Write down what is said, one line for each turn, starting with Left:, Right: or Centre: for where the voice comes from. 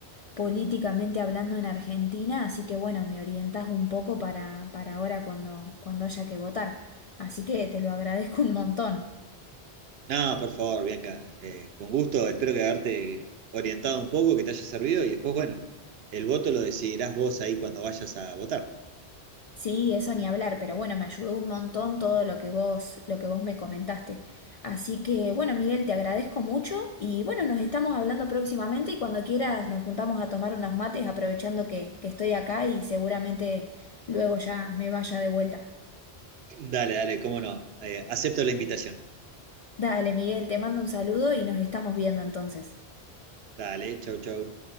Left: políticamente hablando en Argentina, así que bueno, me orientás un poco para, para ahora cuando, cuando haya que votar. Así que te lo agradezco un montón.
Right: nada por favor, Bianca, eh, con gusto, espero que haberte orientado un poco, que te haya servido y después, bueno, el voto lo decidirás vos ahí cuando vayas a votar.
Left: Sí, eso ni hablar, pero bueno, me ayudó un montón todo lo que vos, lo que vos me comentaste. Así que bueno, Miguel, te agradezco mucho y bueno, nos estamos hablando próximamente y cuando quieras nos juntamos a tomar unos mates aprovechando que, que estoy acá y seguramente luego ya me vaya de vuelta.
Right: Dale, dale, cómo no. Eh, acepto la invitación.
Left: Dale, Miguel, te mando un saludo y nos estamos viendo entonces.
Right: Dale, chau, chau.